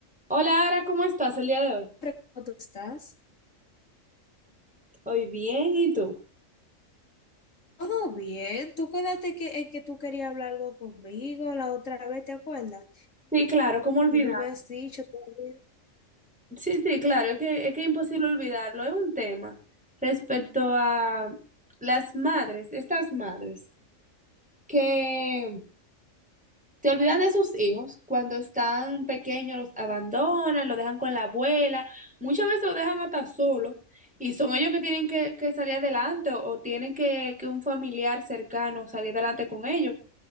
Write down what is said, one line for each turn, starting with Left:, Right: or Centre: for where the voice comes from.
Centre: Hola, Ara, ¿cómo estás el día de hoy?
Left: ¿Cómo tú estás?
Centre: Hoy bien, ¿y tú?
Left: Todo bien. Tú quédate que, en que tú querías hablar algo conmigo la otra vez, ¿te acuerdas?
Centre: Sí, claro, ¿cómo olvidar?
Left: Y no me has dicho todavía.
Centre: Sí, sí, claro,
Left: Ok.
Centre: es que es que es imposible olvidarlo. Es un tema respecto a las madres, estas madres que se olvidan de sus hijos cuando están pequeños, los abandonan, lo dejan con la abuela, muchas veces lo dejan hasta solo y son ellos que tienen que, que salir adelante o, o tienen que, que un familiar cercano salir adelante con ellos.